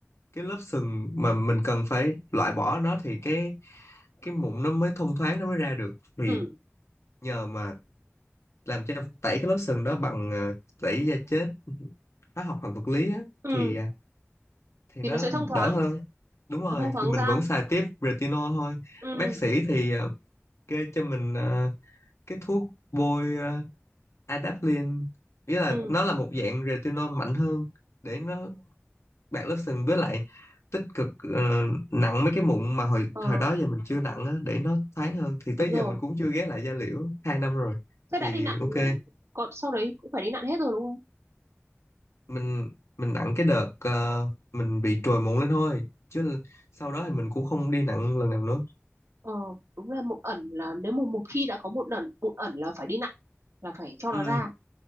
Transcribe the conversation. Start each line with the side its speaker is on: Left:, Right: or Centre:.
Left: cái lớp sừng mà mình cần phải loại bỏ nó thì cái cái mụn nó mới thông thoáng nó mới ra được thì
Right: ừ
Left: nhờ mà làm cho tẩy cái lớp sừng đó bằng ờ, tẩy da chết hóa học hoặc vật lý á
Right: ừ
Left: thì à, thì
Right: thì
Left: nó
Right: nó sẽ thông thoáng
Left: đỡ hơn đúng rồi
Right: nó thông thoáng
Left: thì mình
Right: ra
Left: vẫn xài tiếp retinol thôi
Right: ừ
Left: bác sĩ thì ờ, kê cho mình ờ, cái thuốc bôi ờ, adapalene nghĩa là
Right: ừ
Left: nó là một dạng retinol mạnh hơn để nó bạc lớp sừng với lại tích cực ờ, nặng mấy cái mụn mà hồi
Right: ờ
Left: hồi đó giờ mình chưa nặng á, để nó thoáng hơn thì tới
Right: đúng rồi
Left: giờ mình cũng chưa ghé lại da liễu hai năm rồi
Right: thế
Left: thì
Right: đã đi nặn
Left: ok
Right: còn sau đấy cũng phải đi nặn hết rồi đúng không
Left: mình mình nặng cái đợt ờ, mình bị trồi mụn lên thôi chứ sau đó thì mình cũng không đi nặng lần nào nữa
Right: ờ đúng là mụn ẩn là nếu mà một khi đã có mụn ẩn mụn ẩn là phải đi nặn là phải cho
Left: ừ
Right: nó ra